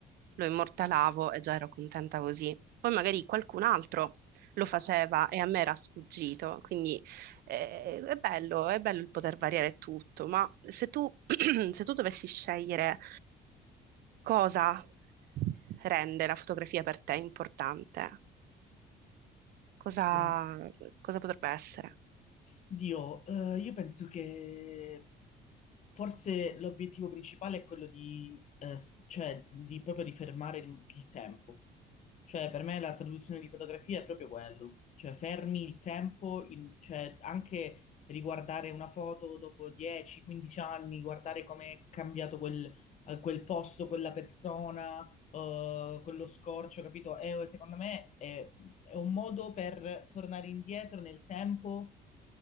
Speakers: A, on the right; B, on the left.
A: lo immortalavo e già ero contenta così. Poi magari qualcun altro lo faceva e a me era sfuggito. Quindi eh, è bello, è bello il poter variare tutto, ma se tu, <clears throat> se tu dovessi scegliere Cosa rende la fotografia per te importante? Cosa,
B: Per-
A: cosa potrebbe essere?
B: Dio, eh, io penso che forse l'obiettivo principale è quello di, eh, s- cioè, di proprio di fermare il, il tempo. Cioè, per me la traduzione di fotografia è proprio quello. Cioè, fermi il tempo, in- cioè, anche riguardare una foto dopo 10-15 anni, guardare come è cambiato quel, eh, quel posto, quella persona, eh, quello scorcio, capito? È- secondo me è è un modo per tornare indietro nel tempo